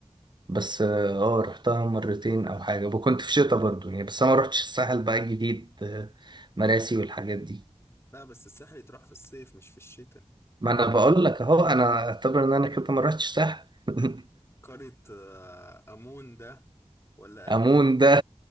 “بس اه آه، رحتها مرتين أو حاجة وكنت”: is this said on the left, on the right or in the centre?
Right